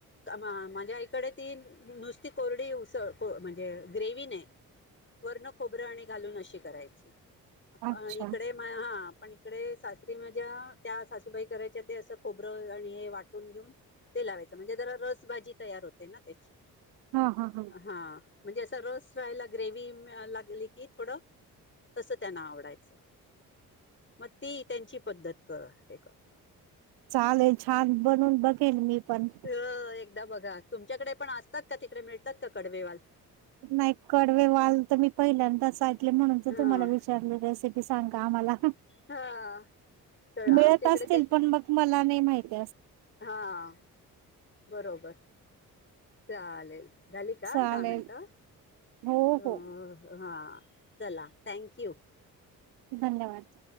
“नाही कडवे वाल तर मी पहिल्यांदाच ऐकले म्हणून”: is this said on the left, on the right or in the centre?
Right